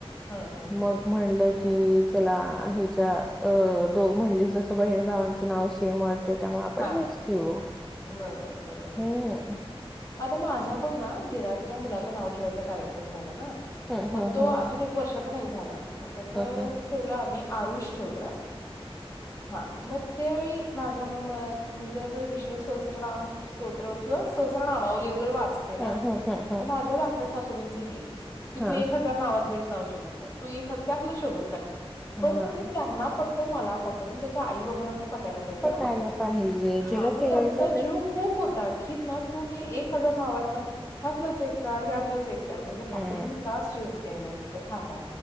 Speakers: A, on the left; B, in the centre.
A: हम्म हम्म हम्म
B: मग म्हणलं कि चला ह्याच्या अ तु म्हणलीस जसं बहीण भावांचं नाव सेम वाटत त्यामुळे आपण
A: हा
B: हेच ठेवू
A: बरोबर बरोबर
B: हम्
A: आता माझ्या पण ना दिरांच्या मुलाचं नाव ठेवायचा कार्यक्रम झाला
B: हम्म
A: मग
B: हम्म
A: तो
B: हम्म
A: अजून एक वर्षाचा नाही झाला मग त्याच
B: ओके
A: ठेवला आमही आरूष ठेवलं हा मग त्यावेळी मी मग विष्णु स्त्रोत्र नाम स्त्रोत्र किंवा स्त्रोत्र नामावली वगैरे वाच
B: हम्म हम्म हम्म हम्म
A: माझ्या धाकट्या सासूबच हे की
B: हा
A: तू एक हजार नावातलं एक नाव शोधून काढ तू एखादं त्यातलं शोधून काढ.
B: हा
A: पण ते त्यांना पटतंय, मला पटतंय पण त्याच्या आई बाबांना पटायला पाहिजे
B: पटायला
A: ना
B: पाहिजे ज्याला
A: हा मग
B: ठेवायचं
A: त्यांचा
B: ते
A: जीव खूप होता की ना तू हे एक हजार नाव आहेत ना ह्यातलंच एक काड ह्यातलंच एक कारण म्हटलं
B: हम्म
A: काकी तुम्ही का स्ट्रेस घ्यायलाय म्हटलं थांबा.